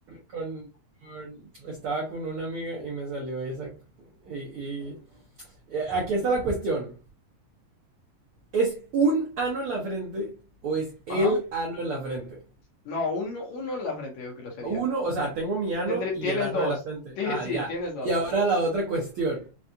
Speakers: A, on the right; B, on the left.
A: Con, con- estaba con una amiga y me salió esa. Y, y- y aquí está la cuestión. ¿Es un ano en la frente o es el
B: Ajá.
A: ano en la frente?
B: No, uno, uno en la frente yo creo que sería.
A: Uno, o sea, tengo mi ano
B: Tendré,
A: y
B: tienes
A: el ano
B: dos.
A: de la frente.
B: <laughs> Sí,
A: Ah,
B: sí,
A: ya.
B: tienes dos,
A: Y ahora
B: pues.
A: la otra cuestión.